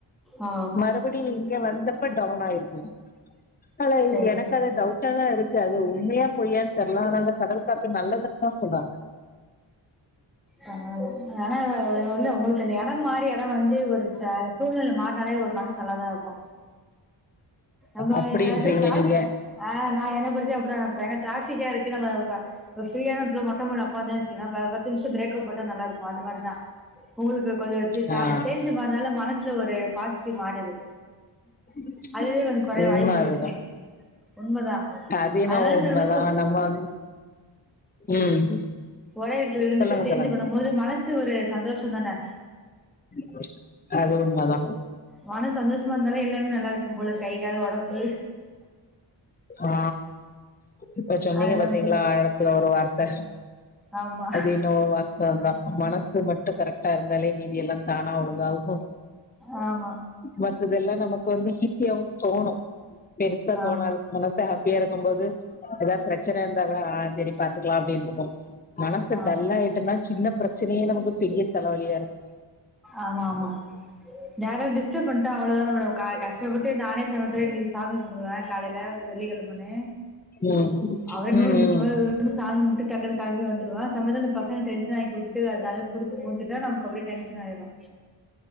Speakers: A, in the centre; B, on the left.
A: ஆ
B: மறுபடியு இங்க வந்தப்ப டவுன் ஆயிருக்கு ஆனா
A: சரி
B: எனக்கு
A: சரி
B: அத டவுட் டா தா இருந்துட்சு அது உண்மையா பொய்யானு தெர்ல ஆனா அந்த கடல் காத்து நல்லதுனுதா சொல்றாங்க
A: தனால் ஆனா ஒரு அந்த உங்களுக்கு அந்த இடம் மாறி இடம் வந்து ஒரு சாக சூழ்நில மாற்னாலே ஒரு மனசு நல்லாதா இரு அமா
B: அப்டின்றீங்க
A: சத்த திராஸ்
B: நீங்க
A: <unintelligible> ஆ நா என புடிச்சப்றோ எனா ட்ராஃபிக்கா இருக் கிறனாலதா இப்ப ஃப்ரீயான நேரத்ல மொட்ட மாடில உட்காந்தே வச்சுங்களே பத்து நிமிஷ பிரேக் க்கு போட்டா நல்லா இருக்கு அந்த மாதிரிதா உங்களுக்கு கொஞ்சோ சே ச்சா
B: ஆ
A: சேன்ஜ் மா அத்னால மனசுல ஒரு பாசிட்டிவ் மாறுது
B: ப்ச்
A: அதுவே கொஞ்சோ கொறைய
B: உண்ம
A: வாய்ப்பு
B: அதுதா
A: இருக்கு உண்மதா
B: அதினோ
A: அதனால
B: உண்மதா
A: சர்வீஸ்
B: நம்ம வந்து ம்
A: ஒரே எடத்துல இருந்துட்டு
B: சொல்லுங்க
A: சேஞ்சு
B: சொல்லுங்க
A: பண்ணுபோது மனசு ஒரு சந்தோஷம்தான
B: ப்ச் அது உண்மதா
A: மனசு சந்தோஷமா இருந்தாலே எல்லாமே நல்லா இருக்கும் போல கை கால் ஒடம்பு
B: ஆ இப்ப சென்னைய
A: அதுதா
B: பாத்தீங்களா
A: போல
B: அழகா த்ல ஒரு வார்த்த
A: ஆமா
B: அது என்னவோ வாஸ் தவந்தா மனசு மட்டு கரெக்டா இருந்தாலே மீதி எல்லா தானா ஒழுங்காகும்
A: ஆமா
B: மத்ததெல்லாம் நமக்கு வந்து ஈஸியாவும் தோணு பெருசா
A: ஆமா
B: தோணாது மனசு ஹாப்பியா இருக்குபோது ஏதாவது ப்ரச்சன இருந்தா கூட ஆ செரி பாத்துக்கலாம் அப்டின்ட்டுக்கு மனசு
A: ஆமா
B: டல்லாயிட்டு ன்னா சின்ன ப்ரச்சனயே நமக்கு பெரிய தலவலியாருக்கு
A: ஆமா ஆமா யாரா டிஸ்டர்ப பண்ணிட்டா அவ்ளோதா மேடம் கஷ்டப்பட்டு நானே சமத்து இன்னக்கி சாமி கும்ப்டுவே காலைல வெள்ளி கிழமன்னு
B: ம்
A: அவே நூல்
B: ம்
A: புடிச்ச
B: ம்
A: மாரி ருந்து சாமி கும்ப்ட்டுட்டு டக்குனு களம்பி வந்துருவா சமயத்துல பசங்க டென்ஷனாகிவுட் ட்டு அதனால குறுக்க பூந்துட்டா நமக்கு ஒரே டென்ஷனாயிடுவா